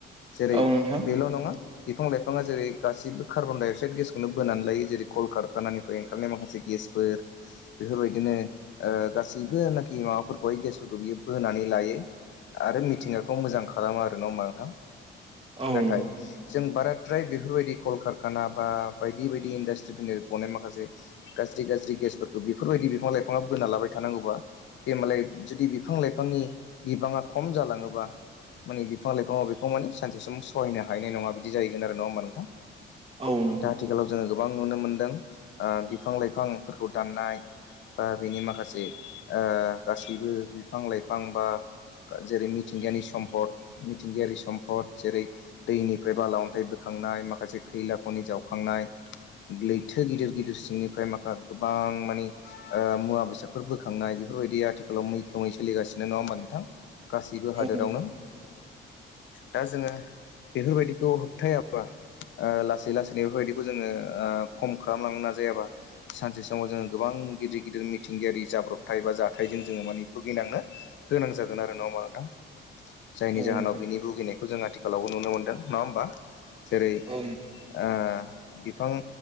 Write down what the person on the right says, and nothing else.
औ नोंथां
औ
नों
औ नोंथां
औ नोंथां
औ
नोंथां
औ